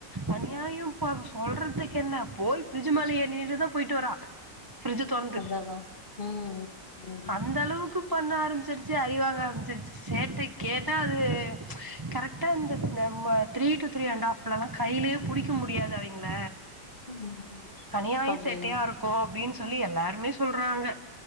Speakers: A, on the right (about 20°); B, on the left (about 30°).
A: அந்யாயும்பா சொல்றத்துக்கென்ன போய் ஃப்ரிஜ்ஜி மேல ஏர் நிண்ணுட்டுதா போய்ட்டு வரா ஃப்ரிஜ்ஜ தொற்ந்து
B: அதா அதா ம் ம்
A: அந்த அளவுக்கு பண்ண ஆரம்ச்சிருச்சி அடிவாங்க ஆரம்ச்சிருச் சேட்டே கேட்டா அது கரக்ட்டா இந்த நம்ம three to three and half ப்லா கைலே புடிக்க முடியாது அவிங்ள
B: ம்
A: அனியாய
B: அப்டின்னு
A: சேட்டையா இருக்கு அப்டின் சொல்லி எல்லாருமே சொல்றாங்க